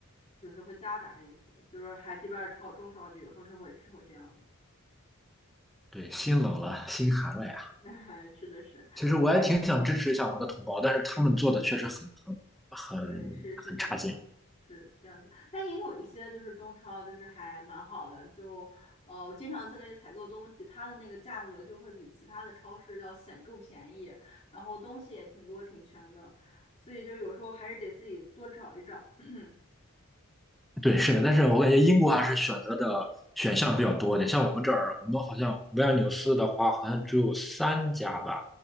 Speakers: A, on the left (about 25°); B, in the centre.
A: 就是会夹杂着一些，就是还这边儿超中超就有时候是会吃会这样
B: 对，心冷了，心寒了呀。
A: 的，<laughs> 吃的是。
B: 其实我也挺想支持一下我的同胞，但是他们做的确实很很很
A: 对，是是这样子是是这样子，
B: 很差劲。
A: 但也有一些就是中超，就是还蛮好的，就呃，我经常在那里采购东西，它的那个价格就会比其他的超市要显著便宜，然后东西也挺多挺全的，所以就有时候还是得自己多找一找。<laughs>
B: 对，是的，但是我感觉英国还是选择的选项比较多一点。像我们这儿，我们好像维尔纽斯的话，好像只有三家吧，